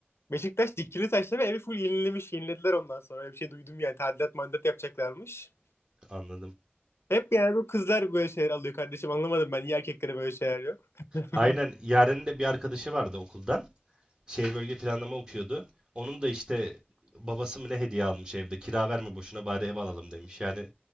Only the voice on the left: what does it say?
Beşiktaş dikili taşla ve evi full yenilemiş, yenilediler ondan sonra. Öyle bir şey duydum yani tadilat mandat yapacaklarmış.
Hep yani bu kızlar böyle şeyler alıyor kardeşim anlamadım ben niye erkeklere böyle şeyler yok. <laughs>